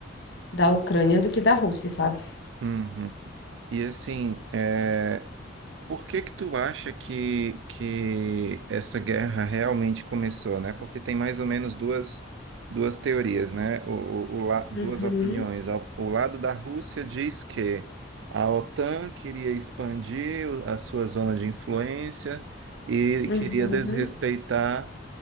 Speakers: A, on the left (about 65°); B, on the right (about 70°).
A: da Ucrânia do que da Rússia, sabe?
B: Uhum. E assim, é, por que que tu acha que, que essa guerra realmente começou, né? Porque tem mais ou menos duas, duas teorias, né? O, o, o la- duas
A: Uhum,
B: opiniões. O, o lado da Rússia diz que a OTAN queria expandir o- a sua zona de influência e
A: uhum,
B: queria desrespeitar